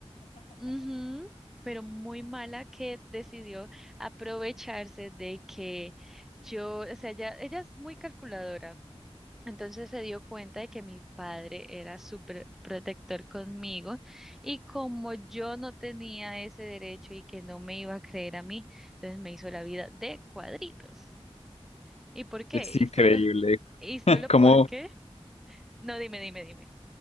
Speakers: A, in the centre; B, on the left.
A: ujú, pero muy mala que decidió aprovecharse de que yo, o sea, ella, ella es muy calculadora. Entonces se dio cuenta de que mi padre era súper protector conmigo y como yo no tenía ese derecho y que no me iba a creer a mí, entonces me hizo la vida de cuadritos. ¿Y por qué?
B: Es
A: ¿Y
B: increíble
A: solo, y solo
B: <laughs>
A: por
B: cómo,
A: qué? No, dime, dime, dime.